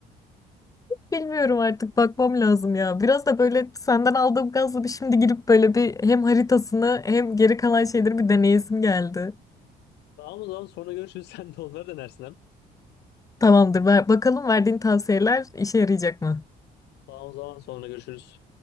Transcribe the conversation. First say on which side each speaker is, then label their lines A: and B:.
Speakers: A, on the left (about 20°); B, on the left (about 90°).
A: <laughs> Bilmiyorum artık bakmam lazım ya. Biraz da böyle senden aldığım gazla bir şimdi girip böyle bir hem haritasını hem geri kalan şeyleri bir deneyesim geldi.
B: Tamam o zaman sonra görüşürüz. <laughs> Sen de onları denersin hem.
A: Tamamdır. Ver, bakalım verdiğin tavsiyeler işe yarayacak mı?
B: Tamam o zaman sonra görüşürüz.